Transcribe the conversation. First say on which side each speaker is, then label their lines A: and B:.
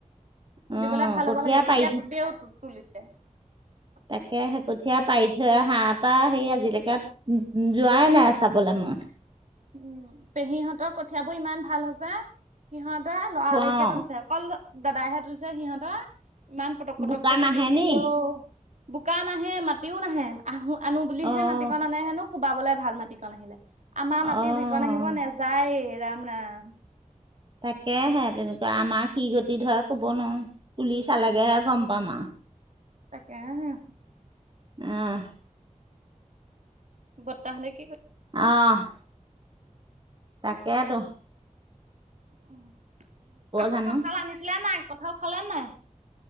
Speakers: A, on the right; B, on the right.
A: তুলিবলে
B: অ',
A: ভাল
B: কঠীয়া
A: হ'ব লাগে
B: পাৰি
A: তেতিয়া তুতেও তুলি <unintelligible>
B: তাকেহে। কঠীয়া পাৰি থৈ আহা পা সেই আজিলেকে উ যোৱাই নাই চাবলৈ। <unintelligible>
A: উম, পেহীহঁতৰ কঠিয়াবোৰ ইমান ভাল হৈছে। সিহঁত <unintelligible> লৰা লৰিকে
B: অ',
A: তুলিছে অকল দাদাইহে তুলিছে সিহঁতৰ। ইমান পটক পটককে
B: বোকা নাহে
A: <unintelligible>
B: নি?
A: বোকা নাহে মাটিও নাহে আহো আনো বুলিহে
B: অ',
A: মাটিকন আনে হেনো <unintelligible> ভাল মাটিকন আহিলে আমাৰ মাতি
B: অ',
A: <unintelligible> যিকন আহিব নেযায়ে ৰাম ৰাম।
B: তাকেহে তেনেকুৱা আমাৰ কি গতি ধৰে কব নোৱাৰো। তুলি চালেগেহে
A: উম,
B: গম পাম আৰু।
A: <unintelligible>
B: <unintelligible>
A: <unintelligible>
B: অ'। তাকেইতো।
A: উম, আকৌ
B: জানো
A: কঠাল আনিছিলা নাই? কঁঠাল খালা নাই?